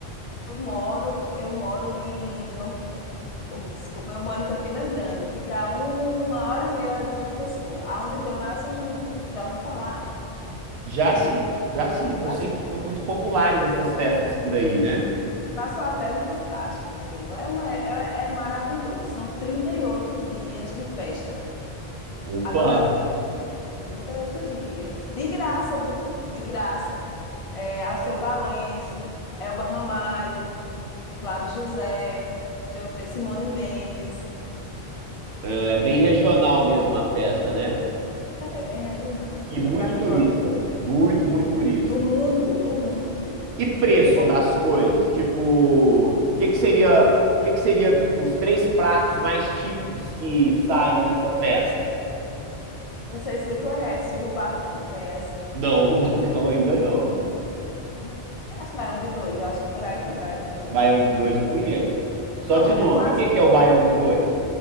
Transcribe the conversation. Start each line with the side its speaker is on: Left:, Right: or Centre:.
Left: Eu moro, eu moro em João, Ui, desculpa, eu moro em Campina Grande. Fica a uma hora e meia de João Pessoa, aonde tem o maior São João do mundo. Já ouviu falar?
Right: Já sim, já sim. Eu
Left: Passa
Right: sei que são muito populares essas festas por aí, né?
Left: Passou até no Fantástico, menino. É, uma, é, é maravilhoso. São 38 dias de festa.
Right: Opa,
Left: Agora, 38 dias. De graça, viu? De graça. É, Alceu Valença, Elba Ramalho, Flávio José, deixa eu ver, Simone Mendes.
Right: é é bem regional mesmo a festa, né?
Left: É, é bem regional.
Right: E muito
Left: É para quem
Right: turista.
Left: gosta
Right: Muito,
Left: muito.
Right: muito turista.
Left: Do mundo, do mundo.
Right: E preço
Left: Ó,
Right: das coisas? Tipo, o que que seria, o que que seria os três pratos mais típicos que saem nessa festa?
Left: não sei se tu conhece o Rubacão. Conhece?
Right: Não, o <laughs> bacão ainda não.
Left: Ah, Conhece Baião de Dois. Eu acho que por aí tem Baião de Dois.
Right: Baião de dois eu conheço. Só
Left: Pronto,
Right: de nome.
Left: é quase
Right: O que que é o baião de dois?